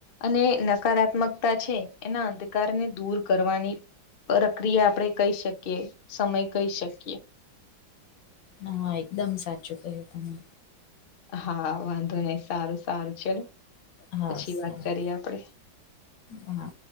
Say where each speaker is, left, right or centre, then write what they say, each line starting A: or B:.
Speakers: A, on the left (about 45°); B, on the left (about 75°).
A: અને નકારાત્મકતા છે એના અંધકારને દૂર કરવાની પર ક્રિયા આપણે કહી શકીએ, સમય કહી શકીએ.
B: હા હા એકદમ સાચું કહ્યું તમે,
A: હા વાંધો નહી સારું સારું ચલો
B: હા
A: પછી
B: સારું
A: વાત કરીએ આપડે.
B: હા